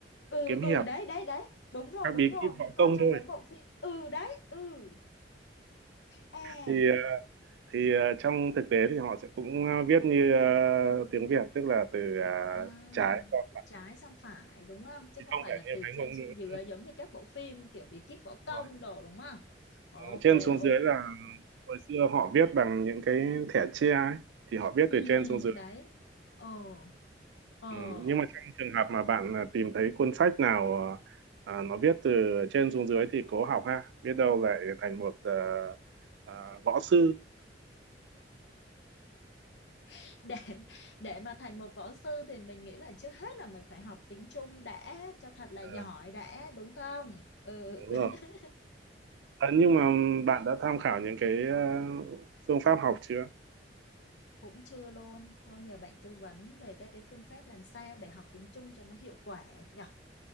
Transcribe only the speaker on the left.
Ừ
ừ đấy đấy đấy đúng rồi
đúng
rồi
mình
coi
trong
mấy bộ phim ừ đấy ừ à
À,
từ trái sang phải đúng không? Chứ
không
phải
là
từ
trên
xuống
dưới giống như các bộ phim kiểu bí kíp võ công
đồ đúng không? Ok,
ok.
Ừ,
ừ,
đấy. Ồ, ồ.
<laughs> Để để mà thành một võ sư thì mình nghĩ là trước hết là mình phải học tiếng Trung đã cho thật là
giỏi đã đúng không? Ừ,
<laughs>
cũng chưa luôn. Thôi nhờ bạn tư vấn về các cái phương pháp làm sao để học tiếng Trung cho nó hiệu quả nhỉ?